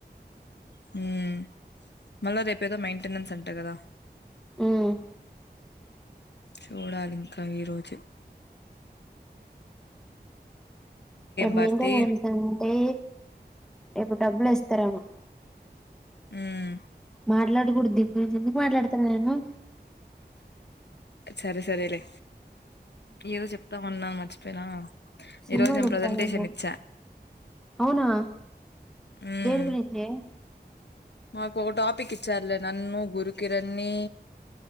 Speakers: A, on the left (about 80°); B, in the centre.
A: హ్మ్ మళ్ళా రేపు ఏదో మెయింటెనెన్స్ అంటా కదా
B: మ్మ్
A: చూడాలి కావి రోజు
B: రేపు
A: భారతి
B: మెయింటనెంస్ అంటె రేపు డబ్బులు వస్త తర్ ఏమో
A: మ్మ్
B: మాటల గుడి దీని గురించి ఎందుకు మాట్లాడ తన్నా నేను
A: సరే సరే లే ఏదో చెప్తామన్నా మర్చిపోయినా
B: సినిమా
A: ఈరోజు నేను
B: చెప్తానేమో
A: ప్రసెంటేషన్ ఇచ్చా
B: అవునా
A: మ్మ్
B: దేని గురించి
A: మాకు ఒక టాపిక్ ఇచ్చారులే నన్ను గురుకిరణ్ణి